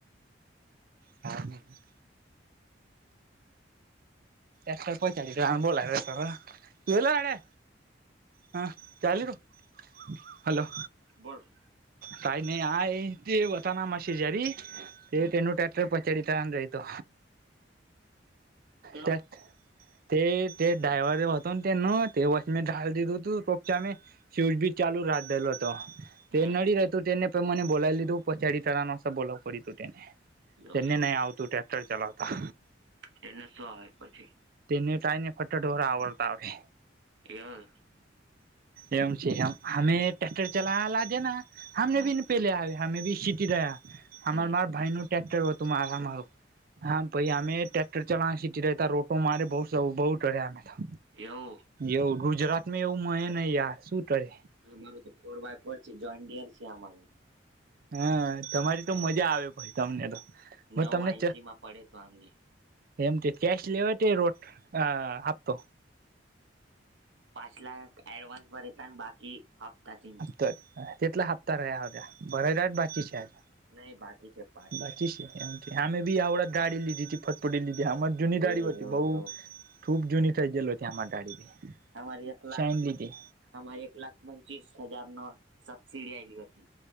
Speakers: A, on the right (about 50°); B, on the right (about 75°).
A: હાબી હ એસ પૈચલી બોલા તો એલોડે હા ચાલ છું હલોો
B: બોરફ
A: તઈ નહી આ તે બતા ના મા શ જારી તે
B: હમ
A: તેનું પછચડીીતાાર અંદ્ર આતો
B: કામ
A: તત તે ડ્રાઈવર હો હતોને ન તે વ ઢાાલ દીધું હતું રપચ મે શુઝ બી ચાલુ રાખ દેલો હતો
B: હમ
A: તે નડી રહેતું તેને પણ મને બોલાવી લીધું પડીી તળ ન બોલવું પડ્યું હતું તેને
B: યો
A: તેને
B: યો
A: નહી
B: યો
A: આવતું ટ્રેક્ટર ચલાવતા
B: તેને શું આવે પછી
A: તેને ટાઈ ને ફટટોરા આવડતા આવે
B: ં
A: એવમ છે એમ હમે ટક્ટર ચલા લ દેના હમનેી
B: હમ
A: પે લ આ હમે ભી સીટી રહયા હમાર
B: હમ
A: માર ભાઈનો ટક્ટર હતું આરામું હા ભાઈ અમેક ચલા સીટીતા રોટો મારે બુુ ટઢ્યાંા
B: એવ
A: એવું ગુજરાત માં એવું મળયે નહ યાર શું કરે
B: હ માર તો ફોર બાય ફોર છે જોઈન્ટિયર છે અમારું
A: હા તમારી તો મજા આવે ભાઈ તમને તો
B: નવા
A: તમને
B: એસી માં પડે તો આમને
A: એમ કેશ લેવા તે રોટ આપતો
B: પાંચ લખ એડવાન્સ ભતા અને બાકી હપ્તાથી
A: તો તેટલા હપ્તા રહ્યા હવે ભરા જાહ ગ બાકી છે હજુ?
B: નહીં બાકી છે પ
A: બાકી સે એમ કે અમે બી અવળ જ ગાડી લીધી છ ફટફડી લીધી અમા જૂની ગાડી
B: એ
A: હતી
B: યો
A: બઉ.
B: યો
A: ખૂબ જૂની થઈ જયેલો ત્યાં મા ગાડી.
B: અમાર એક લાખ
A: શાઇન લીધી
B: હમાર એક લાખ પંચીસ હજાર નો સબસિળી આયલી હતી.